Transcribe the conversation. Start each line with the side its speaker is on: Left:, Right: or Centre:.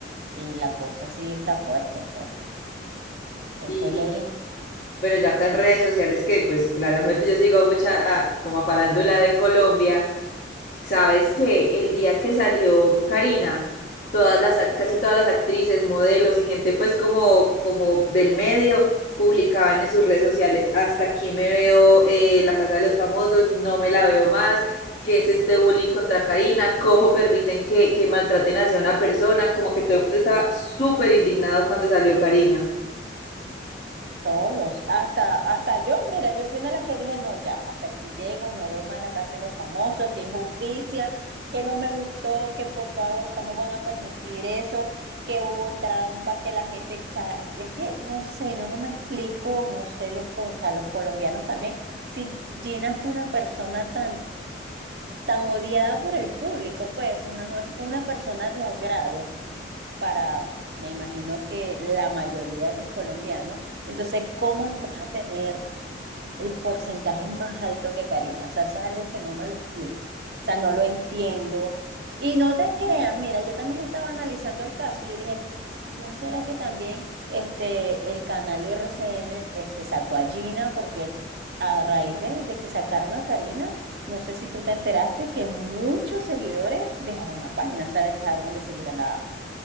Right: eh, la cosa sí está fuerte, pues. Eh,
Left: Y,
Right: Fue lo único
Left: y, bueno, ya acá en redes sociales que pues claramente yo sigo a mucha a- como a farándula de Colombia Sabes que el día que salió Karina, todas las, ac- casi todas las actrices, modelos y gente pues como, como del medio publicaban en sus redes sociales, hasta aquí me veo eh, La Casa de los Famosos, no me la veo más, qué es este bullying contra Karina, cómo permiten que, que maltraten así a una persona, como que todo el mundo estaba súper indignado cuando salió Karina.
Right: Todos, hasta, hasta yo, mira, yo fui una de las que dije, no, ya, hasta aquí llego, no veo más la casa de los famosos, qué injusticia, que no me gustó, que por favor, ¿cómo van a permitir eso? Que hubo trampa, que la gente, o sea, es que no sé, yo no me explico, no sé, los, con- o sea, los colombianos también, si Gina fue una persona tan, tan odiada por el público, pues fue una, no fue una persona de agrado para, me imagino que la mayoría de los colombianos. Entonces, ¿cómo vas a tener el porcentaje más alto que Karina? O sea, eso es algo que no me lo explico. O sea, no lo entiendo. Y no te creas, mira, yo también estaba analizando el caso y yo dije, ¿no será que también este, el canal RCN este, sacó a Gina? Porque a raíz de, de que sacaron a Karina, no sé si tú te enteraste que muchos seguidores dejaron la página, o sea, dejaron de seguir a la,